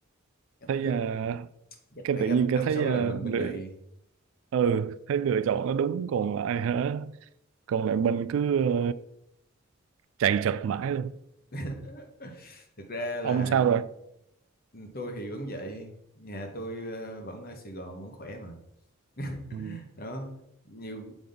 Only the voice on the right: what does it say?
thấy
ờ,
cái
tự
nhiên
cái thấy
ờ,
lựa,
ừ, thấy lựa chọn nó đúng còn lại hả còn lại mình cứ ờ, chạy chật mãi luôn
ông sao rồi
ừ,